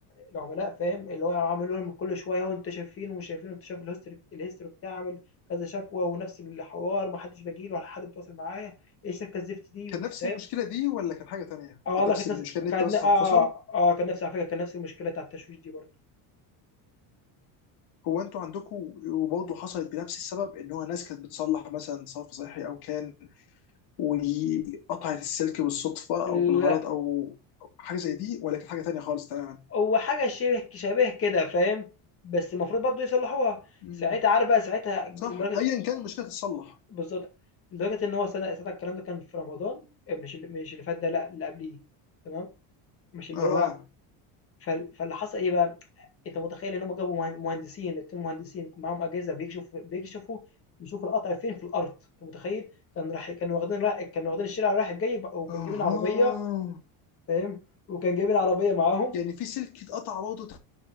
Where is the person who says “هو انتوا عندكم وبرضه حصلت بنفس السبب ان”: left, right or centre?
Left